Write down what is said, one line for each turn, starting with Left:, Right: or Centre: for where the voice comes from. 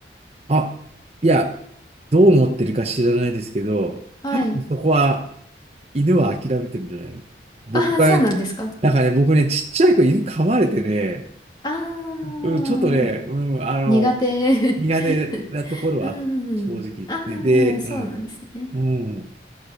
Right: あ、いや、どう思ってるか知らないですけど、
Left: はい。
Right: 多分そこは犬は諦めてるんじゃないの僕が、
Left: ああ、そうなんですか。
Right: なんかね、僕ね、ちっちゃい子犬噛まれてね、
Left: ああ、
Right: うん、ちょっとね、うん、あの、
Left: 苦手。
Right: 苦手なところはあった正直。
Left: <laughs> うん。ああ、
Right: で、で、
Left: そうなんですね。
Right: うん、うん。